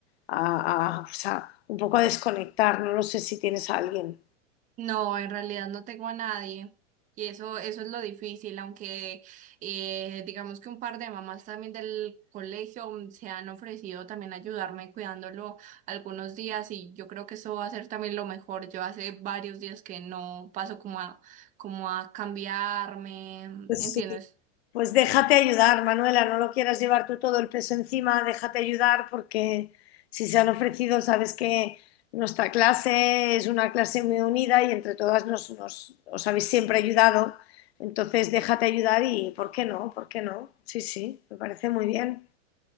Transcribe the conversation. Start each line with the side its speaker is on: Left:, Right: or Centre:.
Left: a, a- o sea, un poco a desconectar. No lo sé si tienes a alguien.
Right: No, en realidad no tengo a nadie. Y eso, eso es lo difícil, aunque eh, digamos que un par de mamás también del colegio mm, se han ofrecido también ayudarme cuidándolo algunos días y yo creo que eso va a ser también lo mejor. Yo hace varios días que no paso como a, como a cambiarme,
Left: Pues
Right: ¿entiendes?
Left: sí, Pues déjate ayudar, Manuela, no lo quieras llevar tú todo el peso encima, déjate ayudar porque si se han ofrecido, sabes que nuestra clase es una clase muy unida y entre todas nos, nos- os habéis siempre ayudado, entonces déjate ayudar y ¿por qué no? ¿Por qué no? Sí, sí, me parece muy bien.